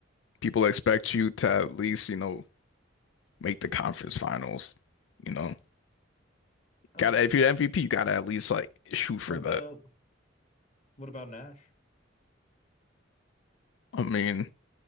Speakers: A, on the left; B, on the left.
A: People expect you to at least, you know, make the conference finals. You know,
B: I
A: gotta
B: don't think
A: if you're the MVP,
B: so.
A: you gotta at least like shoot for
B: What about
A: that.
B: what about Nash?
A: I mean,